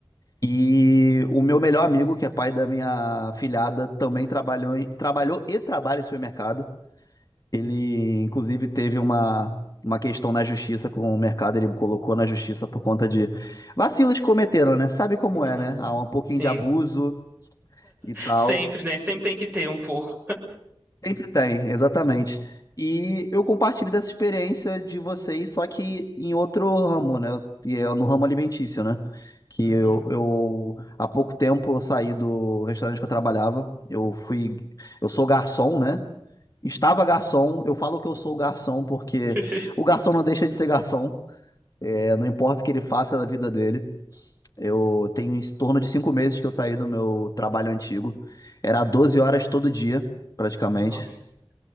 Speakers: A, on the left; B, on the right.
A: E o meu melhor amigo, que é pai da minha filhada, também trabalhou, em- trabalhou e trabalha em supermercado. Ele, inclusive, teve uma, uma questão na justiça com o mercado, ele colocou na justiça por conta de vacilos que cometeram, né? Sabe como
B: Uhum,
A: é, né?
B: sim.
A: Há um pouquinho
B: Sim.
A: de abuso e tal.
B: Sempre, né? Sempre tem que ter um porco.
A: Sempre tem, exatamente. E eu compartilho dessa experiência de vocês, só que em outro ramo, né? E é no ramo alimentício, né? Que
B: Uhum.
A: eu, eu há pouco tempo eu saí do restaurante que eu trabalhava. Eu fui, eu sou garçom, né? Estava garçom, eu falo que eu sou garçom porque
B: <laughs>
A: o garçom não deixa de ser garçom. É, não importa o que ele faça da vida dele. Eu tenho em torno de cinco meses que eu saí do meu trabalho antigo. Era 12 horas todo dia, praticamente.
B: Nossa.